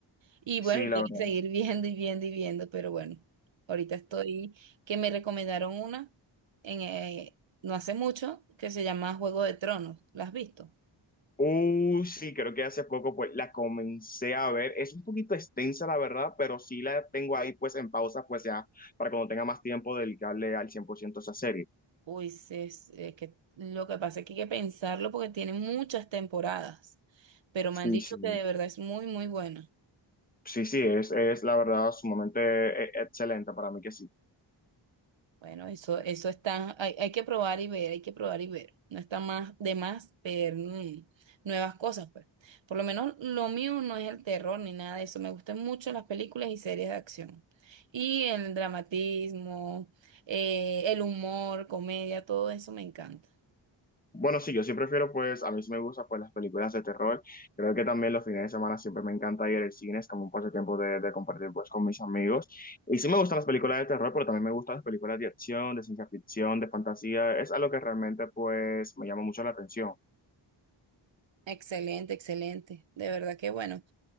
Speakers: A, on the right (about 70°); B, on the left (about 20°).
A: Y
B: sí,
A: bueno, y
B: la
A: quiero
B: verdad.
A: seguir <laughs> viendo y viendo y viendo, pero bueno, ahorita estoy, que me recomendaron una en, eh, no hace mucho que se llama Juego de Tronos. ¿La has visto?
B: Uh, sí, creo que hace poco pues la comencé a ver, es un poquito extensa la verdad, pero sí la tengo ahí pues en pausa, pues ya, para cuando tenga más tiempo dedicarle al 100% a esa serie.
A: Uy, sí, es, eh, que lo que pasa es que hay que pensarlo porque tiene muchas temporadas, pero me
B: Sí,
A: han dicho
B: sí.
A: que de verdad es muy, muy buena.
B: Sí, sí, es, es la verdad sumamente eh, excelente para mí que sí.
A: Bueno, eso, eso está, hay, hay que probar y ver, hay que probar y ver. No está más de más ver mm, nuevas cosas, pues. Por lo menos lo mío no es el terror ni nada de eso. Me gustan mucho las películas y series de acción. Y el dramatismo, eh, el humor, comedia, todo eso me encanta.
B: Bueno, sí, yo sí prefiero, pues, a mí sí me gusta, pues, las películas de terror. Creo que también los fines de semana siempre me encanta ir al cine, es como un pasatiempo de, de compartir, pues, con mis amigos. Y sí me gustan las películas de terror, pero también me gustan las películas de acción, de ciencia ficción, de fantasía. Es algo que realmente, pues, me llama mucho la atención.
A: Excelente, excelente. De verdad que bueno.